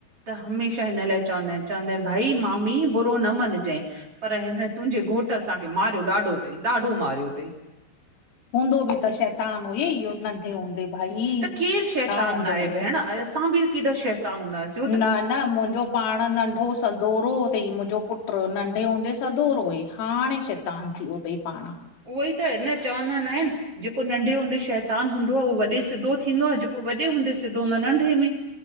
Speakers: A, on the right; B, on the left.
A: त। हमेशह हिन लाए चवंदा आहिन। चवंदा आहिन भाई मामी बुरो न मञजइ। पर हिन तुंहिंजे घोट असांखे मारियो ॾाडो थई, ॾाडो मारियो थईं।
B: हूंदो बि त शैतान हुई इहो नंढे हूंदे भाई।
A: त केर शैतान
B: छा हूंदो
A: नाहे
B: हुयो?
A: भेण? असां बि केॾा शैतान हूंदासीं।
B: न न मुंहिंजो पाण नंढो। सदोरो थई मुंहिंजो पुट नंढे हूंदे सदोरो हुई, हाणे शैतान थी वियो थई पाण।
A: उहो ई त न चवंदा न आहिन, जेको नंढे हूंदे शैतान हूंदो आ, उहो वॾे सिधो थींदो आ जेको वॾे हूंदे सिधो हुंदो आ नंढे में